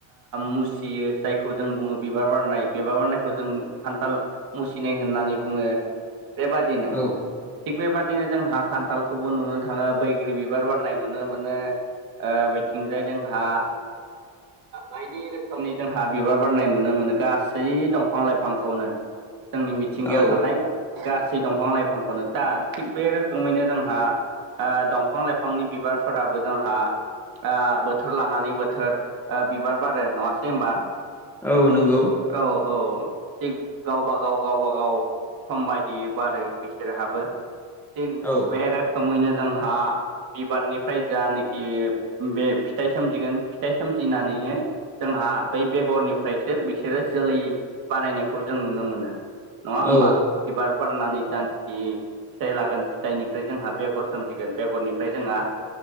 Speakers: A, on the right; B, in the centre.
A: मुसियो जाय खौ जों बुङो बिबार बारनाय बिबार बारनायखौ जों खान्थाल मुसिनाय होननानै बुङो बे बादिनो
B: औ
A: थिग बेबादिनो जों हा खान्थालखौबो नुनो थाङो बैग्रि बिबार बारनाय नुनो मोनो बेथिंजाय जोंहा बायदि रोखोमनि जोंहा बिबार बारनाय नुनो मोनो गासै दंफां लाइफांखौनो जोंनि मिथिंगायाव
B: औ
A: थानाय गासै दंफां लाइफांखौनो दा थिग बे रोखोमैनो जोंहा दंफां लाइफांनि बिबारफोराबो जोंहा बोथोर लानानै बोथोर बिबार बारो नङासै होमबा
B: औ नंगौ
A: औ-औ थिग गावब गाव गावबा गाव सम बायदियै बारो बिसोरहाबो थि
B: औ
A: बे रोखोमैनो जोंहा बिबारनिफ्राय जानेखि बे फिथाइ सोमजिगोन फिथाइ सोमजिनानैनो जोंहा बै बेगरनिफ्रायसो बिसोरो जोलै बारायनायखौ जों नुनो मोनो नङा होमबा
B: औ
A: बिबार बारनानै दान जि फिथाइ लागोन फिथाइनिफ्राय जोंहा बेगर सोमजिगोन बेगरनिफ्राय जोंहा